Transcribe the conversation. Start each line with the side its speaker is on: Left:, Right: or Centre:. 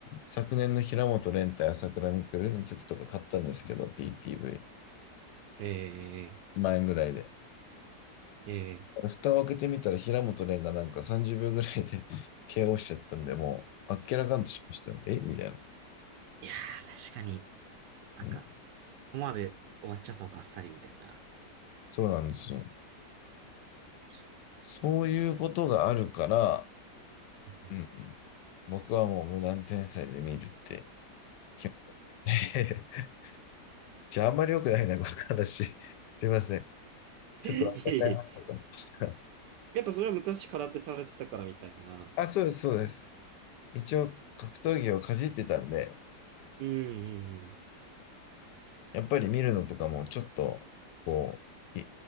Left: 昨年の平本蓮対朝倉未来の時とか買ったんですけど、PPV。1
Right: ええ
Left: 万円ぐらいで。
Right: ええ
Left: 蓋を開けてみたら平本蓮がなんか30秒ぐらいで <laughs> KO しちゃったんで、もう、あっけらかんとしましたよ。えみたいな、
Right: いやー、確かに。なんか、
Left: うん。
Right: ここまで終わっちゃったのか、あっさりみたいな。
Left: そうなんですよ。
Right: 確か
Left: そういうことがあるから、
Right: に。
Left: うん、僕はもう無断天才で見るって決て。<laughs> じゃあ、あんまり良くないな、この話。<laughs> すいません。
Right: <laughs> いえいえ。
Left: ちょっと忘れちゃいましたか。
Right: やっぱそれは昔空手されてたからみたいな。
Left: <laughs> あ、そうです、そうです。一応、格闘技をかじってたんで、
Right: うんうんうん。
Left: やっぱり見るのとかもちょっと、こう、